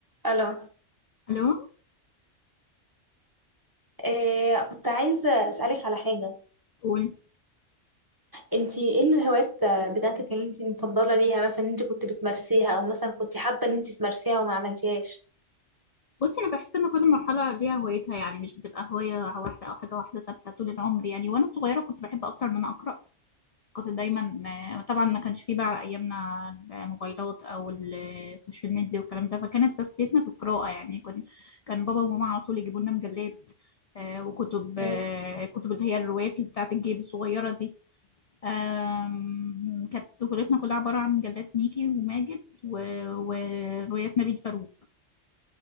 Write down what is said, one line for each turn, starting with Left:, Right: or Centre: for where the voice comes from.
Right: الو
Left: الو
Right: إيه كنت عايزه اسالك على حاجه
Left: قول
Right: انت ايه الهوايات بتاعتك اللي انت مفضله ليها مثلا انت كنت بتمارسيها او مثلا كنت حابه ان انت تمارسيها وما عملتيهاش
Left: بصي انا بحس ان كل مرحله ليها هوايتها يعني مش بتبقى هوايه واحده او حاجه واحده ثابته طول العمر يعني وانا صغيره كنت بحب اكتر ان انا اقرا كنت دايما آه، طبعا ما كانش فيه بقى ايامنا الموبايلات او ال- السوشيال ميديا والكلام ده فكانت تسليتنا بالقراءه يعني كن كان بابا وماما على طول يجيبوا لنا مجلات آه، وكتب
Right: مم.
Left: آه، كتب اللي هي الروايات اللي بتاعت الجيب الصغيره دي آم، كانت طفولتنا كلها عباره عن مجلات ميكي وماجد و- وروايات نبيل فاروق